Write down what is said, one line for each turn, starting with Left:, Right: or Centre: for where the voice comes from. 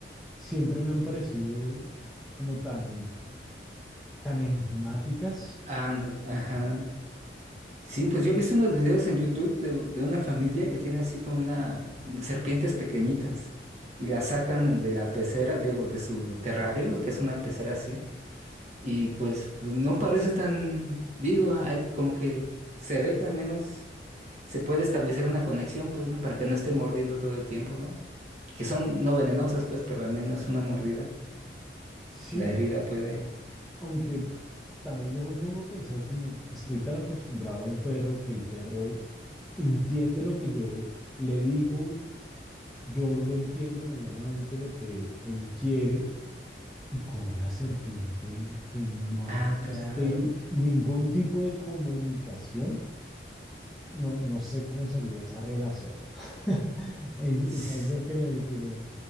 Centre: siempre me han parecido como tan, tan enigmáticas.
Right: Ándale, ajá. Sí, pues yo he visto unos videos en YouTube de, de una familia que tiene así como una mm, serpientes pequeñitas y las sacan de la pecera, digo, de su terrario, que es una pecera así Y pues, pues no parece tan, digo, hay como que se ve que al menos se puede establecer una conexión, pues, ¿no? Para que no esté mordiendo todo el tiempo, ¿no? Que son no venenosas, pues, pero al menos una mordida,
Centre: Sí,
Right: la herida puede.
Centre: Aunque también yo me pongo a pensar como estoy tan acostumbrado a un perro que el perro entiende lo que yo le digo, yo lo entiendo medianamente lo que él quiere y con una serpiente que no
Right: Ah,
Centre: existe
Right: claro.
Centre: ningún tipo de comunicación, no, no sé cómo sería esa relación. <laughs> Es,
Right: S-
Centre: es algo que me, que me,